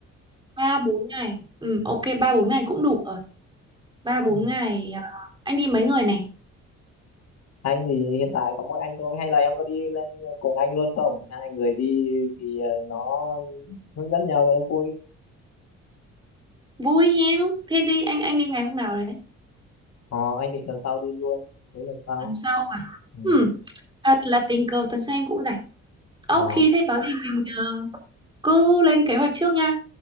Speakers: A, on the right; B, on the left.
A: ba 4 ngày. Ừ, ok 3 4 ngày cũng đủ rồi. ba 4
B: Ừ.
A: ngày à, anh đi mấy người này?
B: anh thì hiện tại có mỗi anh thôi hay là em có đi lên cùng anh luôn không hai người đi thì ờ, nó hướng dẫn nhau cho nó vui
A: Vui hen. Thế đi anh anh đi ngày hôm nào đấy?
B: ờ, anh định tuần sau đi luôn tới tuần sau
A: Tuần sau à?
B: ừ.
A: Ừ, thật là tình cờ tuần sau em cũng rảnh. Ok,
B: ờ,
A: thế có gì mình ờ, cứ lên kế hoạch trước nha.